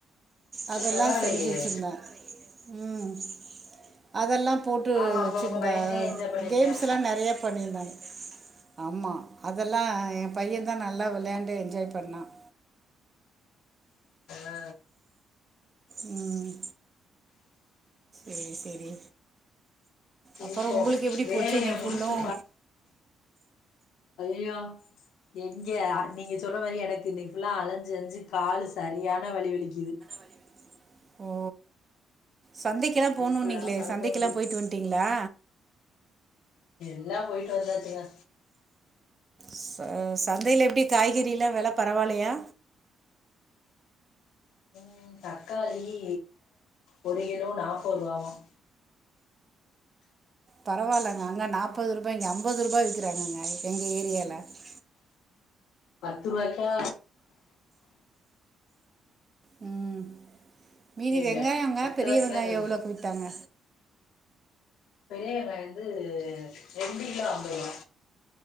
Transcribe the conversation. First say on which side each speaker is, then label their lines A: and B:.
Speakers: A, on the right; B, on the left.
A: அதெல்லாம்
B: பரவாயில்லையே
A: செஞ்சு வச்சிருந்தேன் உம் அதெல்லாம் போட்டு
B: ஆமா அப்ப
A: வச்சுிருந்தா
B: உங்க பயந்தே என்ஜாய் பண்ணிருப்பேன்
A: கேம்ஸ்லாம் நிறையா பண்ணியிருந்தாங்க ஆமா அதெல்லாம் என் பையன் தான் நல்லா விளையாண்டு என்ஜாய் பண்ணான்
B: ஆ,
A: உம் சரி சரி அப்புறம்
B: இப்போ
A: உங்களுக்கு எப்படி
B: வேலையை
A: போச்சு இன்னிக்கு
B: முடிச்சு
A: புல்லும்
B: அயா எங்க நீங்க சொல்ற மாதிரி எனக்கு இன்னைக்கு ஃபுல்லா அலைஞ்சு அலைஞ்சு காலு சரியான வலி வலிக்குது
A: ப <inaudible> ஓ சந்தைக்கெல்லாம் போனும்
B: எப்படா
A: நீீங்களே
B: படுப்போம்
A: சந்தைக்கெல்லாம் போயிட்டு வந்துட்டீங்களா
B: எல்லாம் போயிட்டு வந்தாச்சுங்க
A: ச சந்தையில எப்படி காய்கறி எல்லாம் வில பரவலையா
B: உம் தக்காளி ஒரு கிலோ நாப்பது ரூபாவும்
A: பரவாயில்லங்க அங்கே நாற்பது ரூபாய் இங்கே ஐம்பது ரூபாய் விற்கிறாங்க அங்க எங்கள் ஏரியால்ல ச <inaudible>
B: பத்துரு வாய்கா
A: உம் மீதி
B: எங்க
A: வெங்காயங்க
B: பத்து
A: பெரிய
B: ரூபாய்க்குலா
A: வெங்காயம்
B: சொல்றீங்க
A: எவ்வளோவுக்கு வித்தாங்க
B: பெரிய வொங்காயம் வந்து ரொண்டுகிலோ ஐம்பது ரூவா